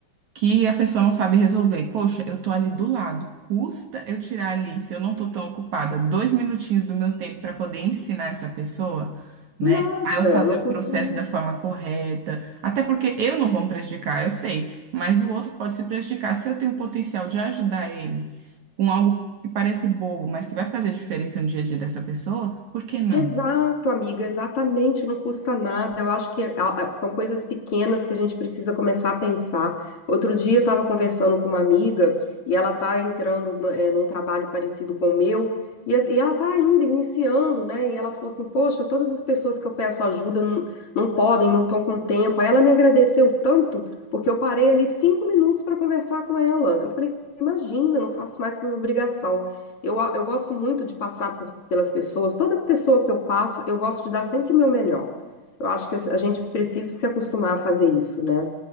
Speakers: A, on the right; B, on the left.
A: que a pessoa não sabe resolver. Poxa, eu tô ali do lado. Custa eu tirar ali, se eu não tô tão ocupada, dois minutinhos do meu tempo para poder ensinar essa pessoa, né?
B: Nada,
A: A ela fazer
B: não
A: o
B: custa
A: processo
B: nada.
A: da forma correta. Até porque eu não vou me prejudicar, eu sei, mas o outro pode se prejudicar. Se eu tenho o potencial de ajudar ele com algo que parece bobo, mas que vai fazer diferença no dia a dia dessa pessoa, por que não?
B: Exato, amiga, exatamente, não custa nada. Eu acho que é, a- a- são coisas pequenas que a gente precisa começar a pensar. Outro dia eu estava conversando com uma amiga e ela está entrando no- eh, num trabalho parecido com o meu e, as- e ela está ainda iniciando, né? E ela falou assim: Poxa, todas as pessoas que eu peço ajuda não, não podem, não estão com tempo. Aí ela me agradeceu tanto porque eu parei ali cinco minutos para conversar com ela. Eu falei: Imagina, não faço mais que minha obrigação. Eu, a- eu gosto muito de passar por, pelas pessoas. Toda pessoa que eu passo, eu gosto de dar sempre o meu melhor. Eu acho que a a gente precisa se acostumar a fazer isso, né?